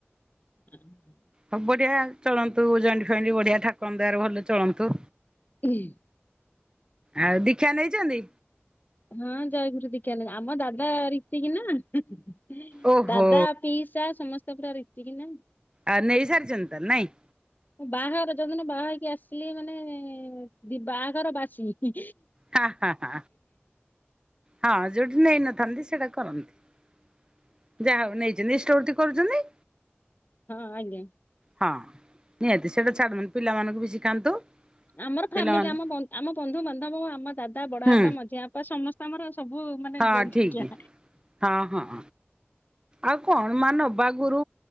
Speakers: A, on the left (about 45°); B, on the right (about 20°).
A: <inaudible>
B: ହ ବଢ଼ିଆ ଚଳନ୍ତୁ ଜଏଣ୍ଡେ ଫ୍ୟାମିଲି ବଢିଆ ଠାକୁର ଦୟାରେ ଭଲ ଚଳନ୍ତୁ।
A: <inaudible>
B: ଆଉ ଦୀକ୍ଷା ନେଇଚନ୍ତି?
A: ହଁ ଜୟଗୁରୁ ଦିଖା ନେ ଆମ ଦାଦା ରୀତିକିନା ହୁ ହୁ।
B: ଓହୋ
A: ଦାଦା ପିଇସା ସମସ୍ତେ ପୁରା ରୀତିକିନା।
B: ଆ ନେଇ ସାର୍ଚନ୍ତି ତାହାନେ ନାଇଁ?
A: ମୁଁ ବାହାହବା ଯଉଦିନ ବାହା ହେଇକି ଆସିଲି ମାନେ ବାହାଘର ବାସି ହିଁ
B: ହା ହା ହା ହଁ ଯୋଉଠି ନେଇନଥାନ୍ତି ସେଇଟା କରନ୍ତି। ଯାହାହଉ ନେଇଛନ୍ତି ଇଷ୍ଟୋଭୁତି କରୁଚନ୍ତି?
A: ହଁ ଆଜ୍ଞା।
B: ହଁ ନିହାତି ସେଇଟା ଛାଦନ୍ ପିଲାମାନଙ୍କୁବି ଶିଖାନ୍ତୁ।
A: ଆମର ଫ୍ୟାମିଲି
B: ପିଲାମାନେ
A: ଆମ ବ ଆମ ବନ୍ଧୁବାନ୍ଧବ ଆମ ଦାଦା ବଡ଼ବାପା
B: ହୁଁ
A: ମଝିଆ ବାପା ସମସ୍ତେ ଆମର ସବୁ ମାନେ
B: ହଁ
A: ଜଲଖିଆ
B: ଠିକି ହଁ ହଁ। ଆଉ କଣ ମାନବା ଗୁରୁ